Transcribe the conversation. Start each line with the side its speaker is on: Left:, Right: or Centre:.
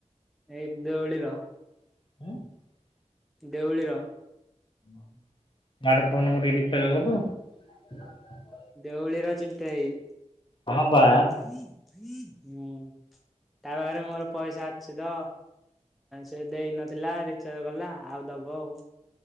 Centre: ଏଇ ଦେଉଳିର
Left: <inaudible>
Centre: ଦେଉଳିର।
Left: <unintelligible> ଫୋନ କରିକି ରିଚାର୍ଜ କଲୁ। <inaudible>
Centre: ଦେଉଳିର ଚିଣ୍ଟୁ ଭାଇ।
Left: ହଁ ବା
Centre: ହୁଁ ତା ପାଖରେ ମୋର ପଇସା ଅଛି ତ। ସେ ଦେଇ ନଥିଲା ରିଚାର୍ଜ କଲା ଆଉ ଦବ ଆଉ।